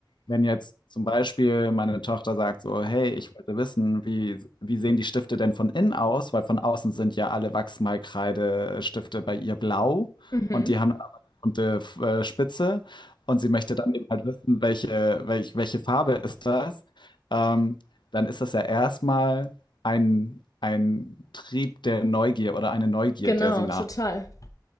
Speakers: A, on the left; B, on the left.
A: Wenn jetzt zum Beispiel meine Tochter sagt so, hey, ich wollte wissen, wie, wie sehen die Stifte denn von innen aus? Weil von außen sind ja alle Wachsmalkreidestifte bei ihr blau
B: Mhm.
A: und die haben dann aber eine bunte äh, Spitze und sie möchte dann eben halt wissen, welche, welch, welche Farbe ist das? Ähm, dann ist das ja erstmal ein, ein Trieb der Neugier oder eine Neugier,
B: Genau,
A: der sie nach
B: total.